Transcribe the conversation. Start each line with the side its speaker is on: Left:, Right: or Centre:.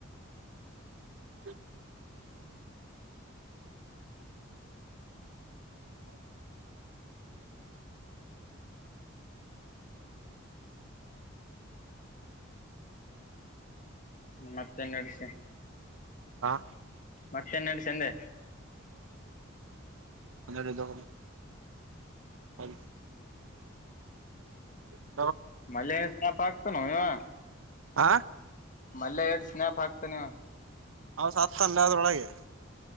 Right: ಹ ಹೌ
Left: ಮತ್ತನ್ ಅಡಸ
Right: ಹ
Left: ಮತ್ತೆ ನಡ್ಸಂದೆ
Right: ಒರೆದು ಹ ಹ
Left: ಮಳೆ ಸಾಪ ಆಗ್ತ ನವ
Right: ಆಾ
Left: ಮಳೆ ಸ್ನ್ಯಾಪ್ ಹಾಕ್ತಾನೆ
Right: ನಾ ಸತ್ತ ಅಲ್ಲ ಅದ್ರೊಳಗೆ